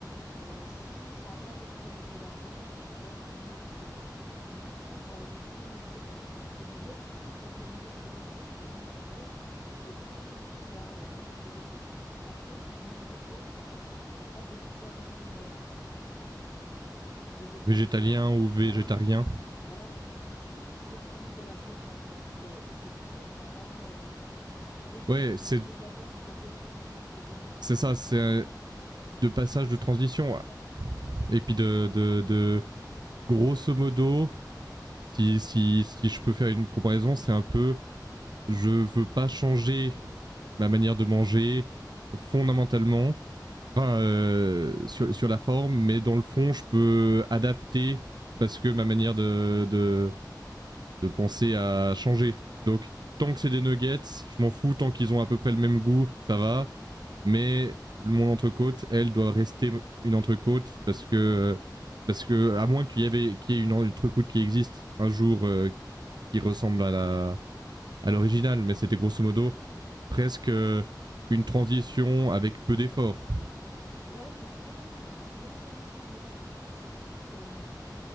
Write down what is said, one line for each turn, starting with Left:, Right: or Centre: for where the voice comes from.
Left: euh, si ça n'a pas besoin d'être de la viande, alors on met autre chose. Donc du coup, par exemple, justement dire ben les nuggets, ça peut être des nuggets végétaux, c'est quasiment pareil. Ok, ben dans ce cas, euh, nuggets végétaux. Par contre, une entrecôte, hein, t'as pas d'équivalent euh, euh, végétal
Right: végétalien
Left: de l'entrecôte,
Right: ou végétarien.
Left: voilà. Voilà, du coup, tu peux prendre de la vraie viande, tu vois. C'était, c'était de dire, on va pas, euh, Enfin, évitons
Right: Ouais, c'est
Left: d'utiliser de la viande quand ça peut être évité. C'était une sorte
Right: c'est
Left: de
Right: ça, c'est de passage
Left: prêt-à-pain.
Right: de transition. ouais.
Left: Ouais.
Right: Et puis de, de, de grosso modo, si, si, si je peux faire une comparaison, c'est un peu je veux pas changer ma manière de manger fondamentalement, enfin, euh, sur, sur la forme, mais dans le fond, je peux adapter parce que ma manière de, de, de penser à changer. Donc, tant que c'est des nuggets, je m'en fous, tant qu'ils ont à peu près le même goût, ça va. Mais mon entrecôte, elle doit rester une entrecôte parce que, parce que à moins qu'il y, avait, qu'il y ait une entrecôte qui existe un jour euh, qui ressemble à la à l'original, mais c'était grosso modo presque euh, une transition avec peu d'efforts.
Left: Ouais, mais c'était pas tellement. En fait, c'était pas tellement ça le moteur du truc. C'est plutôt que,